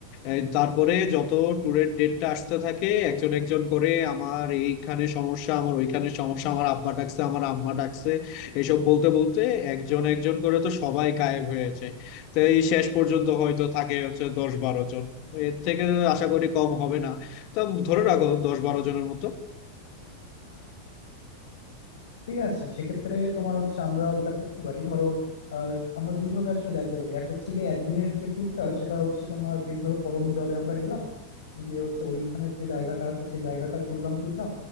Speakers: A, on the left; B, on the left.
A: এই তারপরে যত ট্যুরের ডেটটা আসতে থাকে একজন একজন করে আমার এইখানে সমস্যা আমার ওইখানে সমস্যা আমার আব্বা ডাকছে আমার আম্মা ডাকছে এসব বলতে বলতে একজন একজন করে তো সবাই গায়েব হয়ে যায় তো এই শেষ পর্যন্ত হয়তো থাকে হচ্ছে দশ বারো জন এর থেকে আশা করি কম হবে না তো ধরে রাখো দশ বারো জনের মতো
B: ঠিক আছে সেক্ষেত্রে তোমার হচ্ছে আমরা যেটা করতে পারি ধরো আহ, আমরা দুই ভাবে আসলে যাইতে পারি এক হচ্ছে গিয়ে একদিনের যে ট্যুরটা সেটা হচ্ছে তোমার এই ধরো করম জলে আমরা গেলাম গিয়ে হচ্ছে ওইখানের যে জায়গাটা আছে সেই জায়গাটা ঘুরলাম ফিরলাম